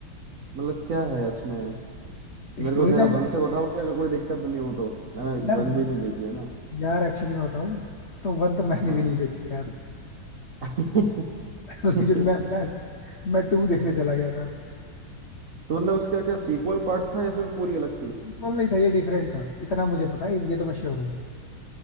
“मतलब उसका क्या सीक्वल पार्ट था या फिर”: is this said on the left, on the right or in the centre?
Right